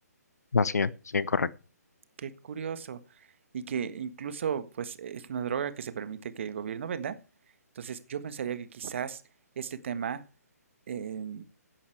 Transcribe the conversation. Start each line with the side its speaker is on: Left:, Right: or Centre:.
Left: Así es, sí, correcto.
Right: Qué curioso. Y que incluso, pues, es una droga que se permite que el gobierno venda. Entonces, yo pensaría que quizás este tema, eh,